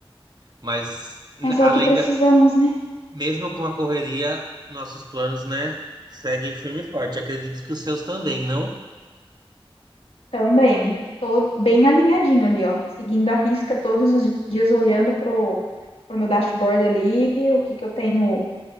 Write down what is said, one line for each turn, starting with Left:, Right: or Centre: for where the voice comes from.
Right: Mas n-
Left: mas
Right: além
Left: é o que precisamos,
Right: da,
Left: né?
Right: mesmo com a correria, nossos planos, né, seguem firme e forte. Acredito que os seus também, não?
Left: Também, tô bem alinhadinho ali, ó, seguindo a risca todos os dias, olhando pro, pro meu dashboard ali, o que que eu tenho